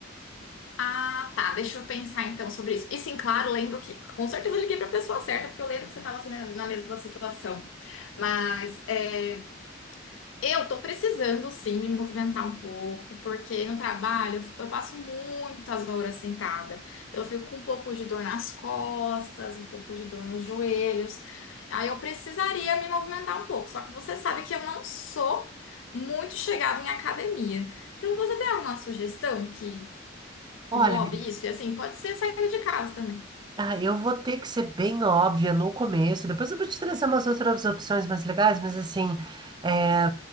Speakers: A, on the left (about 85°); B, on the right (about 25°).
A: Ah, tá, deixa eu pensar então sobre isso. E sim, claro, lembro que com certeza eu liguei para a pessoa certa, porque eu lembro que você estava assim na, na mesma situação. Mas é, Eu tô precisando sim me movimentar um pouco, porque no trabalho eu eu passo muitas horas sentada. Então eu fico com um pouco de dor nas costas, um pouco de dor nos joelhos. Aí eu precisaria me movimentar um pouco. Só que você sabe que eu não sou muito chegada em academia. Então você tem alguma sugestão que
B: Olha,
A: englobe isso? E assim, pode ser sair de casa também.
B: Ah, eu vou ter que ser bem óbvia no começo, depois eu vou te trazer umas outras opções mais legais, mas assim, é,